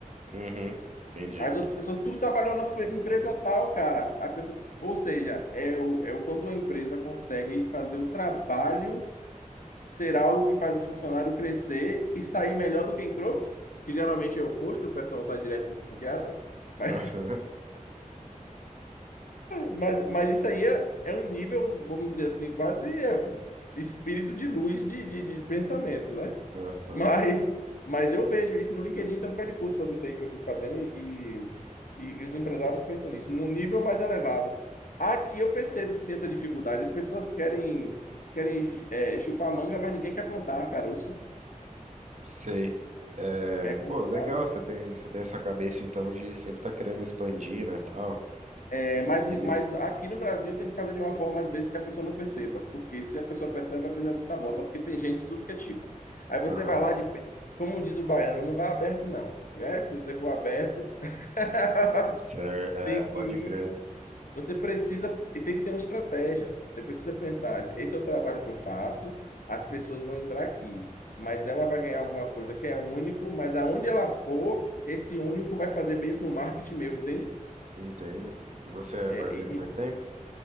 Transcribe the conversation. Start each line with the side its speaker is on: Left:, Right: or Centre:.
Right: Uhum, entendi.
Left: As outras pessoas, tu trabalhou na fe- empresa tal, cara. A pessoa, ou seja, é, o, é o, quando a empresa consegue fazer o trabalho ser algo que faz o funcionário crescer e sair melhor do que entrou, que geralmente é o oposto, o pessoal sai direto para o psiquiatra. Mas,
Right: <laughs> Aham,
Left: Mas, mas isso aí é, é um nível, vamos dizer assim, quase é, espírito de luz de, de, de pensamento, né?
Right: aham,
Left: Mas, mas eu vejo isso no LinkedIn, tem um bocado de curso sobre isso aí que eu fico fazendo e, e, e os empresários pensam nisso, num nível mais elevado. Aqui eu percebo que tem essa dificuldade, as pessoas querem, querem é, chupar manga, mas ninguém quer plantar caroço.
Right: sei. É,
Left: É complicado.
Right: pô, legal, você tem, você tem essa cabeça então de sempre estar querendo expandir, né, tal.
Left: É,
Right: Porque
Left: mas,
Right: tem, porque
Left: mas
Right: tem-
Left: aqui no Brasil tem que fazer de uma forma, às vezes, que a pessoa não perceba. Porque se a pessoa percebe, às vezes ela te sabota, porque tem gente de tudo que é tipo. Aí você
Right: aham,
Left: vai lá de. Como diz o baiano, não vai aberto, não. É que se você for aberto, <laughs>
Right: cer- é,
Left: tem
Right: pode
Left: que ir.
Right: crer.
Left: Você precisa. E tem que ter uma estratégia. Você precisa pensar: esse é o trabalho que eu faço, as pessoas vão entrar aqui. Mas ela vai ganhar alguma coisa que é único, mas aonde ela for, esse único vai fazer meio que um marketing meu, entende?
Right: Entendo. E você
Left: É,
Right: é barbeiro
Left: e,
Right: faz tempo?